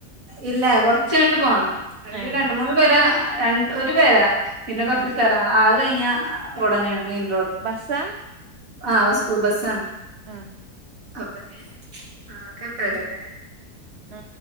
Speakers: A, on the right; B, on the right.
A: ഇല്ല കുറച്ചങ്ങട്ട് പോണം ഒരു
B: ഏഹ്
A: രണ്ട് മൂന്ന് പേരെ രണ് ഒരു പേരാ പിന്നെ കുറച്ച്
B: ആഹ്
A: തരാ ആ കയ് ആ ഒടനെ മെയിൻ
B: ബസ്സാ?
A: ആ ഉസ്കൂൾ ബസ്സാണ്
B: ആ
A: അപ്പന് ആകെ തെഹനെ
B: മ്